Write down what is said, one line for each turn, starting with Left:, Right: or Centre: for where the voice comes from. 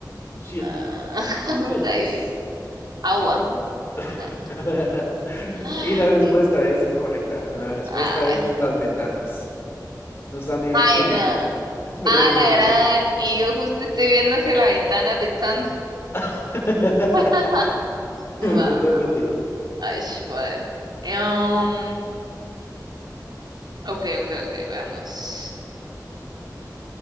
Left: siete
Right: <laughs>
Left: seis
Right: Agua.
Left: Cinco. <laughs>
Right: Ah, Mm,
Left: Y la respuesta es incorrecta. La respuesta
Right: Ay,
Left: es las ventanas. No están ni dentro
Right: ay,
Left: ni
Right: no.
Left: fuera, <laughs> pero
Right: Ah,
Left: es necesario.
Right: la gran. Y yo justo estoy viendo hacia la ventana pensando.
Left: <laughs>
Right: <laughs> Wow.
Left: Te toca a ti.
Right: Ash, bueno. Em, ok, ok, ok, veamos.